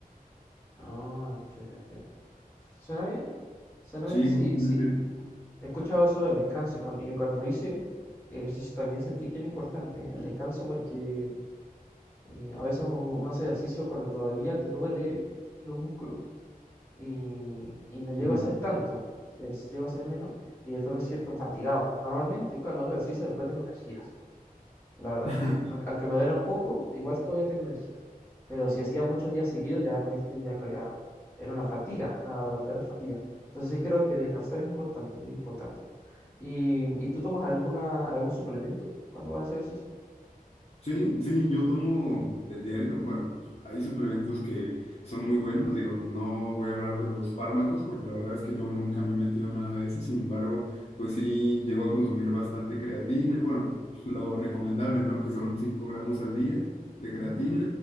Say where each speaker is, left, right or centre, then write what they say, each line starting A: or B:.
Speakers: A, on the left (about 15°); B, on the left (about 40°).
A: Ah, entiendo, entiendo. ¿Suena bien? Suena
B: Sí,
A: bien, sí,
B: justamente.
A: sí. He escuchado eso del descanso y cuan- y cuando hice ejercicio también sentí que era importante el descanso porque Eh, a veces u- uno hace ejercicio cuando todavía te duele los músculos y, y no llego
B: Ujú.
A: a hacer tanto, es, llego a hacer menos y después me siento fatigado. Normalmente cuando hago ejercicio después tengo energías, la verdad.
B: <laughs>
A: Aunque, aunque me duela un poco, igual todavía tengo energías. Pero si hacía muchos días seguidos, ya pues tenía que ya era una fatiga, una verdadera fatiga. Entonces sí creo que descansar es importante, es importante. ¿Y, y tú tomas alguna, algún suplemento cuando haces ejercicio?
B: Sí, sí, yo tomo del diario. Bueno, pues, hay suplementos que son muy buenos. Digo, no voy a hablar de los fármacos porque la verdad es que yo nunca me he metido nada de eso. Sin embargo, pues sí, llego a consumir bastante creatina. Bueno, lo recomendable, ¿no? Que son 5 gramos al día de
A: Ujú,
B: creatina.